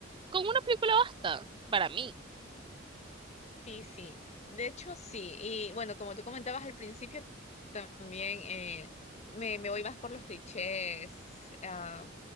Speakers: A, on the right; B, on the left.
A: con una película basta, para mí.
B: Sí, sí. De hecho, sí. Y bueno, como tú comentabas al principio, también eh, me, me voy más por los clichés. ah,